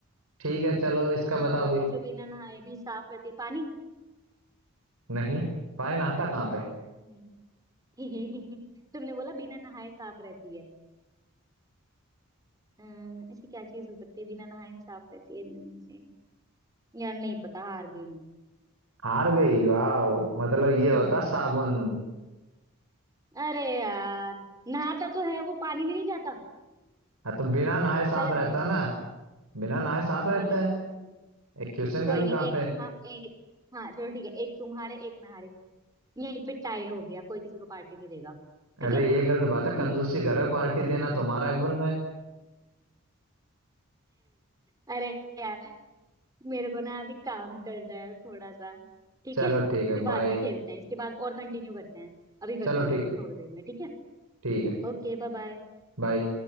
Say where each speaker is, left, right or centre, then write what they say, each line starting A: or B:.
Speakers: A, on the right (about 85°); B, on the right (about 15°).
A: ठीक है चलो इसका
B: हाँ
A: बताओ फिर
B: जो बिना नहाए भी साफ रहती है पानी
A: नहीं पानी नहाता कहाँ पे
B: नहीं <laughs> तुमने बोला बिना नहाए साफ रहती है अम्म, ऐसी क्या चीज हो सकती है बिना नहाए साफ रहती है बिना नहाए यार नहीं पता हार गई मैं
A: हार गई वाह मतलब ये
B: हम्म
A: होता साबुन
B: अरे यार नहाता तो है वो पानी में नहीं जाता
A: हाँ तो बिना नहाए साफ
B: गलत
A: रहता
B: क्वेश्चन
A: ना बिना नहाए साफ रहता
B: गलत
A: है
B: क्वेश्चन
A: ये क्वेश्चन
B: कोई
A: गलत
B: नहीं
A: कहाँ
B: एक
A: पे
B: तुम्हारा एक हाँ चलो ठीक है एक तुम्हारे एक नहारे यहीं पे टाई हो गया कोई किसी को पार्टी नहीं देगा ठीक
A: अरे
B: है
A: ये गलत बात है कंजूसी
B: <laughs>
A: कर रहे हो पार्टी देना तुम्हारा हक बन रहा है
B: अरे यार मेरे को ना अभी काम करना है थोड़ा सा ठीक
A: चलो
B: है
A: ठीक है
B: फिर बाद
A: बाय
B: में खेलते हैं इसके बाद और कंटिन्यू करते हैं अभी करती
A: चलो
B: हूँ
A: ठीक
B: मैं तुम्हें
A: है
B: थोड़ी देर में ठीक है
A: ठीक है
B: Okay bye bye
A: बाय